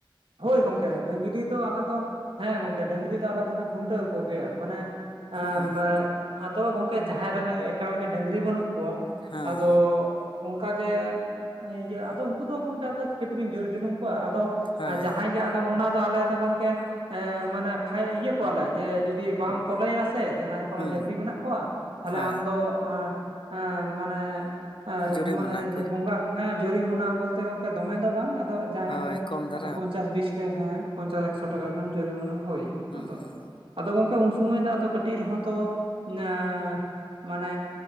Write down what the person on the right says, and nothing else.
ᱦᱳᱭ ᱜᱚᱝᱠᱮ ᱰᱟᱺᱜᱽᱨᱤ ᱫᱚ ᱟᱞᱮ ᱫᱚ ᱦᱮᱸ ᱜᱚᱝᱠᱮ ᱰᱟᱺᱜᱽᱨᱤ ᱫᱚ ᱟᱞᱮ ᱫᱚᱞᱮ ᱠᱷᱩᱱᱴᱟᱹᱣ ᱠᱚᱜᱮᱭᱟ, ᱢᱟᱱᱮ ᱮᱸᱻ
ᱵᱮᱻᱜ ᱟᱫᱚ ᱜᱚᱝᱠᱮ ᱡᱟᱦᱟᱸᱭ ᱨᱮᱱᱟᱜ ᱜᱮ ᱮᱠᱟᱞ ᱜᱮ ᱰᱟᱺᱜᱽᱨᱤ ᱵᱟᱹᱱᱩᱜ ᱠᱚᱣᱟ,
ᱟᱫᱚᱻᱜ ᱚᱝᱠᱟᱜᱮᱻᱜ ᱤᱭᱟᱹ ᱟᱫᱚ ᱩᱝᱠᱩ ᱫᱚ ᱜᱚᱝᱠᱮ ᱟᱫᱚ ᱪᱤᱠᱟᱹ ᱛᱮᱵᱤᱱ ᱡᱳᱨ ᱡᱩᱞᱩᱢ ᱠᱚᱣᱟ ᱟᱫᱚ
ᱟᱨ ᱡᱟᱦᱟᱸᱭ ᱜᱮ ᱟᱫ ᱟᱫᱚ ᱚᱱᱟ ᱫᱚ ᱟᱞᱮ ᱫᱚ ᱜᱚᱝᱠᱮ ᱮᱸᱻ ᱢᱟᱱᱮ ᱯᱷᱟᱭ ᱤᱭᱟᱹ ᱠᱚᱣᱟᱞᱮ ᱡᱮ ᱡᱩᱫᱤ ᱵᱟᱢ ᱛᱚᱞᱮᱭᱟ ᱥᱮ ᱡᱟᱦᱟᱸᱭ ᱠᱚᱨᱮᱱ
ᱰᱟᱹᱝᱜᱽᱨᱤ ᱢᱮᱱᱟᱜ ᱠᱚᱣᱟ ᱛᱟᱦᱞᱮ
ᱟᱢ ᱫᱚ ᱟᱸ ᱢᱟᱱᱮ ᱟᱸ
ᱢᱟᱱᱮ
ᱡᱮ ᱵᱚᱸᱜᱟ ᱦᱮᱸ ᱡᱩᱨᱤᱢᱚᱱᱟ ᱵᱚᱞᱛᱮ ᱜᱮ ᱜᱚᱝᱠᱮ ᱫᱚᱢᱮ ᱫᱚ ᱵᱟᱝ ᱟᱫᱚ ᱡᱟᱦᱟᱸᱭ
ᱜᱮ
ᱯᱚᱧᱪᱟᱥ ᱵᱤᱥ ᱴᱟᱠᱟ ᱦᱮᱸ ᱯᱚᱧᱪᱟᱥ ᱮᱠᱥᱚ ᱴᱟᱠᱟ ᱜᱟᱱ ᱡᱚᱨᱤᱢᱟᱱᱟ ᱦᱳᱭ
ᱟᱫᱚ ᱟᱫᱚ ᱜᱚᱝᱠᱮ ᱩᱱ ᱥᱚᱢᱚᱭ ᱫᱚ ᱟᱫᱚ ᱠᱟᱹᱴᱤᱡ ᱨᱮᱦᱚᱸ ᱛᱚ ᱧᱟᱻ ᱢᱟᱱᱮ